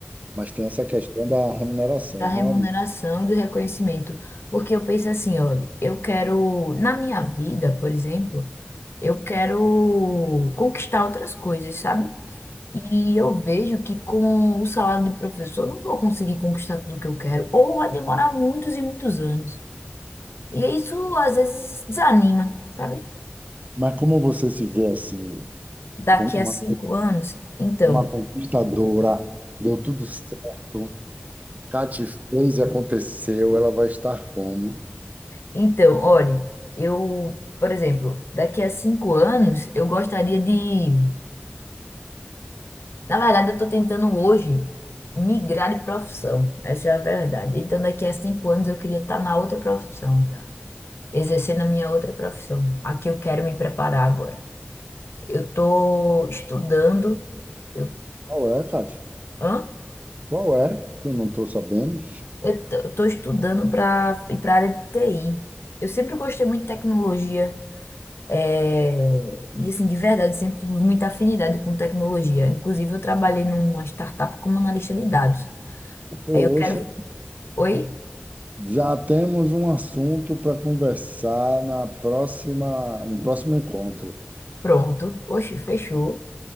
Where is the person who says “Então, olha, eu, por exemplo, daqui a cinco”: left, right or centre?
Left